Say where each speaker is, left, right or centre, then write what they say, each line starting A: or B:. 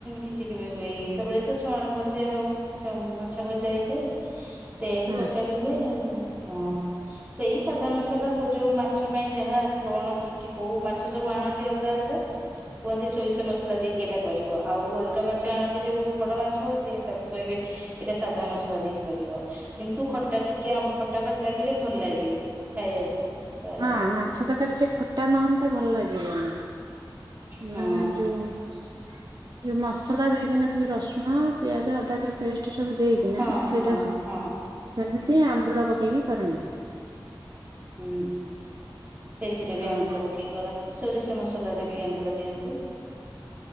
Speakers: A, on the right; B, on the right.
A: କିଛି କେବେ ହୁଏନି ସେବବେଳେ ତ ଛୁଆ ଭଜା ହଉ। ମାଛ ଭଜା ହେଇଥାଏ ସେଇୟକୁ
B: ହଁ
A: ତରକାରୀ ହୁଏ ହଁ। ସେଇ ସାଧା ମସଲା ଯୋଉ ମାଛ ପାଇଁ ଯାହା କଣ କିଛି କୋଉ ମାଛ ସବୁ ଆଣନ୍ତି ଅଲଗା-ଅଲଗା। କୁହନ୍ତି ସୋରିଷ ମସଲା ଦେଇକି ଏଇଟା କରିବ ଆଉ ଅଲଗା ମାଛ ଆଣନ୍ତି ଯୋଉ ବଡ ମାଛ ସେ ତ କହିବେ ଏଇଟା ସାଧା <unintelligible> <inaudible> ଦେଇପାରିବ କିନ୍ତୁ ଖଟା ଟିକେ ଖଟା ଖଟ ଲାଗିଲେ ଭଲ ଲାଗେ ଖାଇବାକୁ। ପ୍ରାୟ
B: ହଁ ମାଛ ତକାର ଟିକେ ଖଟା ନହନ୍ତା ଭଲ ଲାଗିବନି
A: ହଁ
B: ମାନେ ଯୋଉ ଯୋଉ ମସଲା ଦେଇକି ମାନେ ଯୋଉ ରସୁଣ ପିଆଜ ଅଦା ଯୋଉ ପେଷ୍ଟ ସବୁ ଦେଇକିନା
A: ହଁ
B: ସେଇଟା
A: ହଁ
B: ସବ
A: ହଁ
B: ସେମିତି ଆମ୍ବୁଲ ପକେଇକି କରନ୍ତି।
A: ହୁଁ ସେଇଥିରେ
B: ହଁ
A: ବି ଆମ୍ବୁଲ ପକେଇ କରନ୍ତି। ସୋରିଷ ମସଲା ରେ ବି ଆମ୍ୱୁଲ ଦିଅନ୍ତି